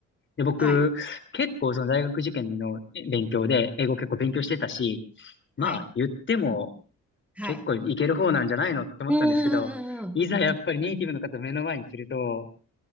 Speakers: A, on the left; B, in the centre.
A: で、僕、
B: はい、
A: 結構その大学受験の勉強で、英語結構勉強してたし、まあ言っても
B: はい、はい。
A: 結構いける方なんじゃないのって思ったんですけど、
B: うんうんうん
A: いざやっぱりネイティブの方を目の前にすると、